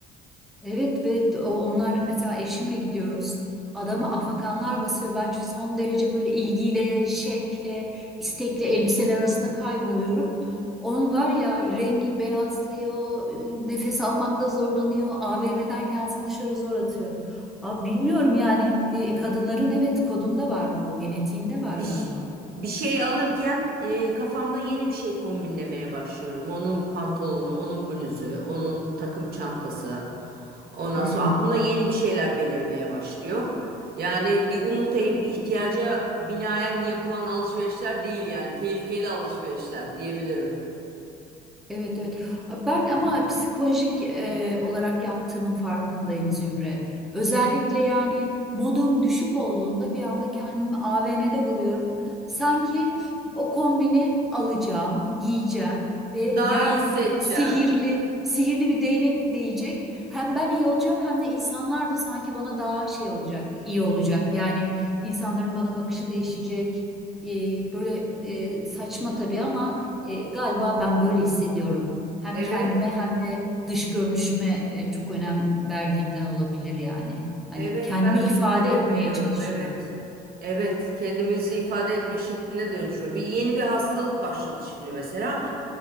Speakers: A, in the centre; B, on the right.
A: Evet ve o- onlar mesela eşimle gidiyoruz. Adama afakanlar basıyor. Ben çok- son derece böyle ilgiyle, şevkle, istekle elbiseler arasında kayboluyorum. Onun var ya rengi beyazlıyor, e, nefes almakta zorlanıyor, AVM'den kendisini dışarı zor atıyor. Abi bilmiyorum yani e, kadınların evet kodunda var bu, genetiğinde
B: bir,
A: var galiba.
B: bir şey alırken e, kafamda yeni bir şey kombinlemeye başlıyorum. Onun pantolonu, onun bluzu, onun takım çantası. Ondan
A: Hı
B: sonra
A: hı.
B: aklımda yeni bir şeyler belirmeye başlıyor. Yani bir unutayım ihtiyaca binaen yapılan alışverişler değil yani tehlikeli alışverişler diyebilirim.
A: Evet evet. Ben ama psikolojik e, olarak yaptığımın farkındayım Zühre. Özellikle yani modum düşük olduğunda bir anda kendimi AVM'de buluyorum. Sanki o kombini alacağım, giyeceğim ve
B: Daha
A: yarın
B: iyi hissedeceğim.
A: böyle sihirli, sihirli bir değnek değecek. Hem ben iyi olacağım hem de insanlar da sanki bana daha şey olacak, iyi olacak. Yani insanların bana bakışı değişecek. E, böyle e, saçma tabii ama e, galiba ben böyle hissediyorum. Hem
B: Evet.
A: kendime hem de dış görünüşüme e, çok önem verdiğimden olabilir yani. Hani
B: Evet
A: kendimi
B: ben de
A: ifade
B: çok önem
A: etmeye
B: veriyorum.
A: çalışıyorum.
B: Evet. Evet kendimizi ifade etme şekline dönüşüyor. Bir yeni bir hastalık başladı şimdi mesela.